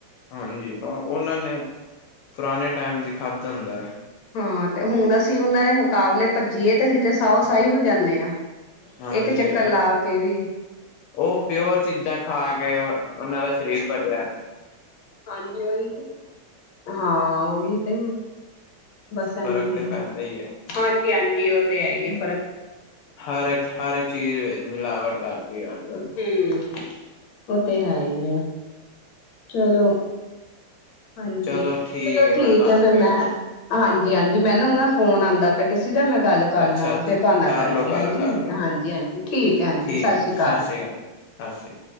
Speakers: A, on the left; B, on the left.
A: ਹਾਂਜੀ ਉਹਨਾਂ ਨੇ ਪੁਰਾਨੇ ਟੈਮ ਚ ਖਾਦਾ ਹੁੰਦਾ ਏ।
B: ਹਾਂ, ਤੇ ਹੁਣ ਅਸੀਂ ਉਹਨਾਂ ਦੇ ਮੁਕਾਬਲੇ ਪੱਜੀਏ, ਤੇ ਅਸੀਂ ਤੇ ਸਾਓ ਸਾਹੀ ਹੋ ਜਾਨੇ ਆ।
A: ਹਾਂਜੀ
B: ਇੱਕ ਚੱਕਰ ਲਾ ਕੇ ਵੀ
A: ਉਹ ਪਿਓਰ ਚੀਜ਼ਾਂ ਖਾ ਕੇ, ਉਹਨਾਂ ਦਾ ਸਰੀਰ ਬਨਿਆ
B: ਹਾਂਜੀ, ਉਹੀ ਹਾਂ ਉਹੀ ਤੇ। ਹੈ, ਬਸ ਹਾਂਜੀ,
A: ਫ਼ਰਕ ਤੇ ਪੈਂਦਾ ਹੀ ਹੈ
B: ਹਾਂਜੀ, ਹਾਂਜੀ, ਉਹ ਤੇ ਹੈ ਹੀ ਹੈ ਫ
A: ਹਰ ਇੱਕ, ਹਰ ਇੱਕ ਚੀਜ਼ ਵਿੱਚ ਮਿਲਾਵਟ ਕਰਤੀ ਏ ਅੱਜ ਕੱਲ।
B: ਹੂੰ ਉਹ ਤੇ ਹੈ ਹੀ ਹੈ। ਚਲੋ। ਹਾਂਜੀ,
A: ਚਲੋ
B: ਚਲੋ
A: ਹੈ
B: ਠੀਕ
A: ਮੈਂ ਤੁਹਾਨੂੰ
B: ਐ, ਫੇਰ
A: ਫਿਰ
B: ਮੈਂ, ਹਾਂਜੀ, ਹਾਂਜੀ, ਮੈਂ ਨਾ ਓ ਨਾ ਫੋਨ ਆਂਦਾ ਪਿਆ ਕਿਸ ਸੀ ਦਾ, ਮੈਂ ਗੱਲ ਕਰ
A: ਅੱਛਾ
B: ਲਾਂ
A: ਅੱਛਾ
B: ਫੇਰ ਤੁਹਾ ਨਾਲ
A: ਕਰ
B: ਕਰਨੀ।
A: ਲੋ ਗੱਲ
B: ਹਾਂਜੀ,
A: ਕਰ ਲੋ
B: ਹਾਂਜੀ, ਹਾਂਜੀ, ਠੀਕ ਹੈ, ਹਾਂਜੀ
A: ਠੀਕ
B: ਸਤਿ
A: ਹੈ
B: ਸ੍ਰੀ ਕਾਲ।
A: ਅਕਾਲ ਸਤਿ ਸ੍ਰੀ ਅਕਾਲ